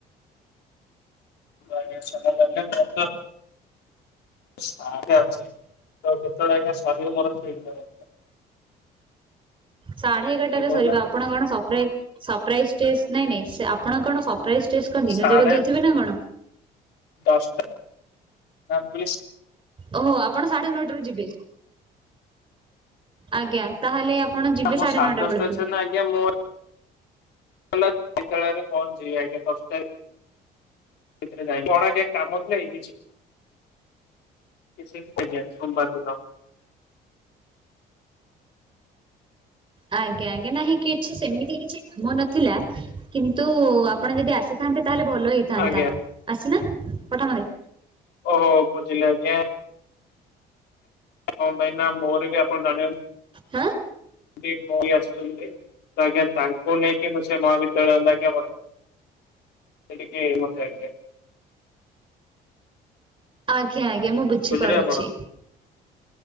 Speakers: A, on the left (about 80°); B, on the right (about 30°).
A: ଆଜ୍ଞା ସତ କହିଲେ ମତ ଶାତ ଅଛି ତ କେତେବେଳେ ଆଜ୍ଞା ସରିବ ମୋର ଠିକ୍ ନାହିଁ
B: ସାଢେ ଏଗାରଟାରେ
A: କହୁନା
B: ସରିବ ଆପଣ କଣ ସପ୍ରାଇଜ ସପ୍ରାଇଜ ଟେଷ୍ଟ ନାଇଁ ନାଇଁ ସ ଆପଣ କଣ ସପ୍ରାଇଜ ଟେଷ୍ଟ କଣ ଦିନ
A: ସାଢେ
B: ଯାକ ଦଉଥିବେ ନା କଣ?
A: ଦଶଟା ନା ମୁଁ କହିଲି
B: ଓହୋ ଆପଣ ସାଢେ ନଅଟାରୁ ଯିବେ? ଆଜ୍ଞା ତାହେଲେ ଆପଣ ଯିବେ
A: ମୁଁ
B: ସାଢ଼େ
A: ସାଢେ
B: ନଅଟା
A: ଦଶଟା
B: ବେଳକୁ?
A: ଅଛି ଆଜ୍ଞା ମୁଁ ହେଲା ବିଦ୍ୟାଳୟ ରେ ପହଞ୍ଚିବି ଆଜ୍ଞା ଦଶ ଟା ସେଇଥିରେ ଯାଇ କଣ ଏ ଟିକେ କାମ ଥିଲା <unintelligible> କିଛି ସେମିତି ପରୀକ୍ଷା ସୋମବାର ଦିନ।
B: ଆଜ୍ଞା ଆଜ୍ଞା ନାହିଁ କିଛି ସେମିତି କିଛି କାମ ନଥିଲା। କିନ୍ତୁ ଆପଣ ଯଦି ଆସିଥାନ୍ତେ ତାହେଲେ ଭଲ ହେଇଥାନ୍ତା
A: ଆଜ୍ଞା।
B: ଆଶୁନ ପଠାମରେ।
A: ଓହୋ ବୁଝିଲି ଆଜ୍ଞା। କଣ ପାଇଁ ନା ମୋର ବି ଆପଣ ଜଣେ
B: ହାଁ।
A: ବି ମୋ ବି ଆସୁଛନ୍ତି। ଆଜ୍ଞା ତାଙ୍କୁ ନେଇକି ମୁଁ ସେ ମହାବିଦ୍ୟାଳୟ ଜାକେ ସେଇଠିକି ମୋତେ ଆଜ୍ଞା।
B: ଆଜ୍ଞା ଆଜ୍ଞା ମୁଁ ବୁଝିପାରୁଛି।
A: ବୁଝିଲେ ଆପଣ